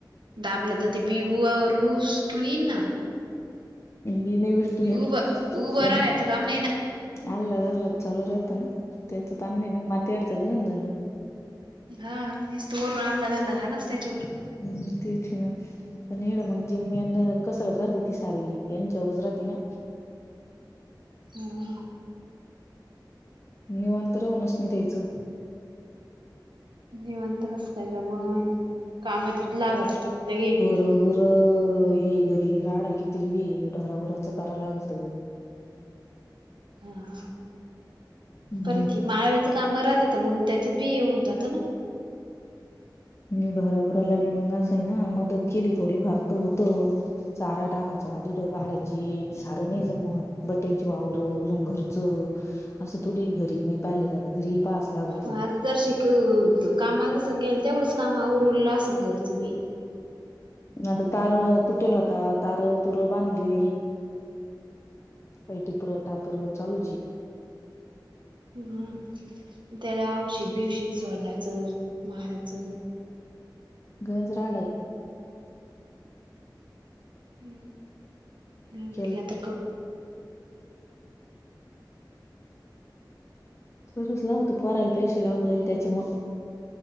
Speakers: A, on the right; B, on the left.
A: दाबलं तर ते बिवू रवू उच्टुन येईन ना.
B: बी नाही उच्टून येत
A: उभं उभं
B: पण
A: राहायचं काम नाही ना
B: अलाद आलाद चालू राहतं ना त्याच तान नाही ना माती आड झाल गंज झाल.
A: हा निसत वरून आलाद अलाद हानच त्याच्यावर
B: हम्म तेचे ना पण हेड मग मेन कसरत राथी ती सारी यांच्यावरच राथीना
A: ह.
B: निवांत रहूनच नाही द्यायचं.
A: निवांत कस काय जमन कामात लागत लईच.
B: ढोरगुरु हे घरी राडा कितीक बी ढोरागुराच करा लागत.
A: हा
B: हम्म
A: करती माळ. काम राहतेत मग त्याच्यात बी येऊन जातं ना.
B: मी ढोरागुराला बी मग असय ना मदत केली थोडी फार तर होत. चारा टाकायचा दुध काढायची सारं नाही जमत बटाईची वावरं उजून घरचं. असं थोडी घरी नाही पाहिलं जात घरी पाहास लागत.
A: मग आता दर्शिक कामाला नसग्याल तेवढंच कामावरर उरलं असं घरचं बी
B: आता तार तुटेल होता तार तुर बांधली. व टिपर टापर लूची
A: हम त्याला औषित बिवशीित सोंडाचं. माराचं.
B: गंज रा आड.
A: <unintelligible>
B: केल कराच लागत पोरायला पैसे लागू राहिले त्याच्यामुळ.